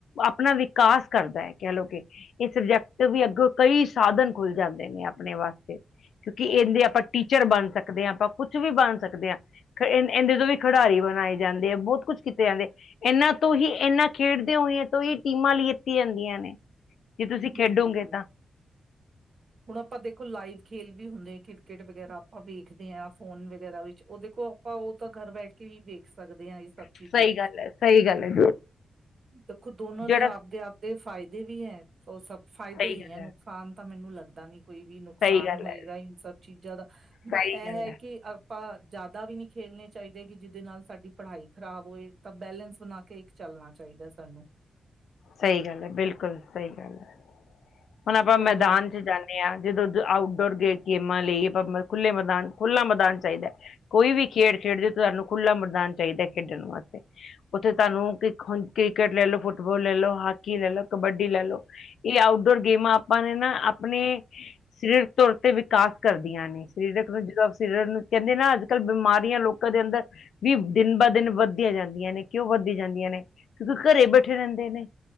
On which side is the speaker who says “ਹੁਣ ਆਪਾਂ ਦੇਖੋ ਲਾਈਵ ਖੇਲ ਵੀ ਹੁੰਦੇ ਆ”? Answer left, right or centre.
Right